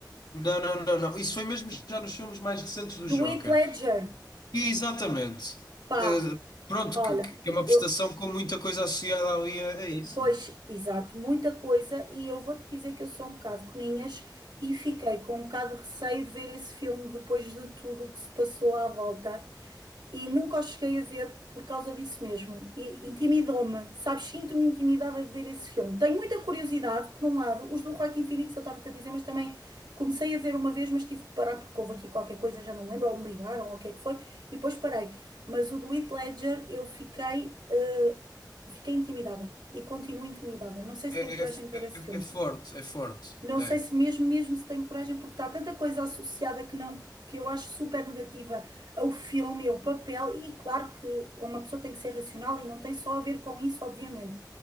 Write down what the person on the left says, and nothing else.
Não, não, não, não. Isso foi mesmo já nos filmes mais recentes do
Joker.
E exatamente.
Eh, pronto,
que, que é uma prestação
com muita coisa associada ali a, a isso,
não é?
É,
é, é-
é forte, é forte.
É,